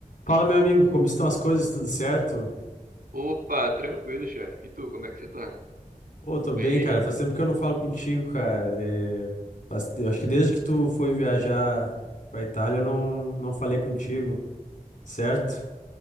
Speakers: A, on the left; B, on the right.
A: Fala, meu amigo, como estão as coisas? Tudo certo?
B: Opa, tranquilo, chefe. E tu, como é que você tá?
A: Pô,
B: Tudo
A: tô
B: bem
A: bem, cara.
B: aí?
A: Faz tempo que eu não falo contigo, cara. É, faz- eu acho que desde que tu foi viajar pra Itália, eu não, não falei contigo, certo?